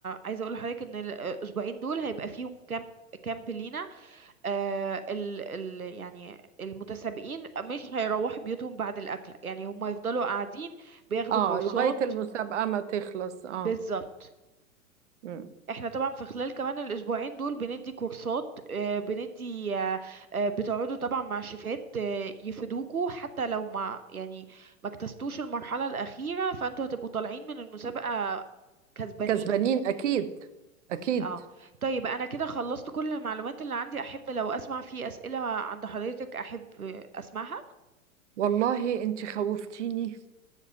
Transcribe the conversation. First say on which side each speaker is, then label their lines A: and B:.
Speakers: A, on the right; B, on the right.
A: عايزه اقول لحضرتك ان الاسبوعين دول هيبقى فيهم كامب كامب لينا آه ال ال يعني المتسابقين مش هيروحوا بيوتهم بعد الاكل يعني هم يفضلوا قاعدين بياخدوا
B: اه
A: كورسات
B: لغاية المسابقة ما تخلص اه
A: بالظبط
B: مم.
A: احنا طبعا في خلال كمان الاسبوعين دول بندي كورسات آه، بندي آه، آه، بتقعدوا طبعا مع شيفات آه، يفيدوكوا حتى لو ما يعني ما اجتزتوش المرحلة الأخيرة فانتوا هتبقوا طالعين من المسابقة كسبانين
B: كسبانين اكيد اكيد
A: اه طيب انا كده خلصت كل المعلومات اللي عندي احب لو اسمع في اسئله عند حضرتك احب اسمعها
B: والله انت خوفتيني